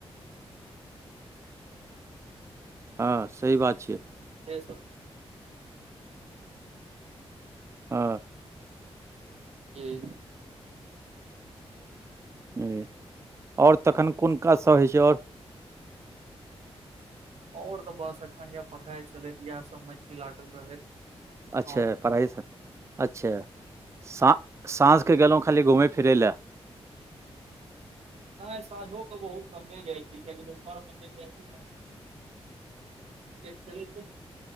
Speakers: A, on the right; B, on the right.
A: हँ सही बात छै।
B: के सब।
A: हँ।
B: जी
A: कहै आओर तखन कोन काज सब होइ छै आओर
B: आओर तऽ बस एखन यए पढ़ाइ छलैत इएहसभमे छी लागल रहैत
A: अच्छा
B: हम
A: पढ़ाइ स अच्छा सा साँझके गेलहुँ खाली घुमय फिरय लए
B: नहि साँझो कऽ बहुत कमे जाइ छै कियाकि दूपहरमे चलि जाइ छी सेट चलै छै